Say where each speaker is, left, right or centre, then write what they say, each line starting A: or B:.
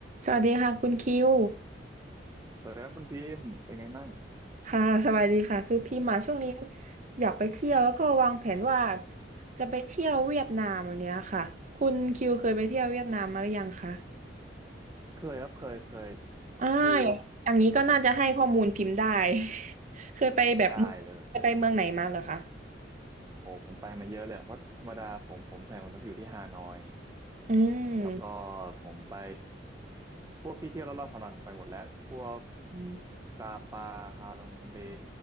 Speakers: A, on the right; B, on the right.
A: สวัสดีค่ะคุณคิว
B: สวัสดีครับคุณพิมพ์เป็นไงมั่ง
A: ค่ะสวัสดีค่ะคือพี่มาช่วงนี้อยากไปเที่ยวแล้วก็วางแผนว่าจะไปเที่ยวเวียดนามอันเนี้ยค่ะคุณคิวเคยไปเที่ยวเวียดนามมาหรือยังคะ
B: เคยครับเคยเคย
A: อ่าอย่างอย่างนี้ก็น่าจะให้ข้อมูลพิมพ์ได้
B: คือ
A: <laughs> เคยไปแบบเมืองเคยไปเมืองไหนมาเหรอคะ
B: ได้เลยโอ้ผมไปมาเยอะเลยอะเพราะธรรมดาผมผมใส่คนจะอยู่ที่ฮานอย
A: อืม
B: แล้วก็ผมไปพวกที่เที่ยวรอบๆฮานอยผมไปหมดแล้วพวก
A: อืม
B: ซาปาฮาลองเบ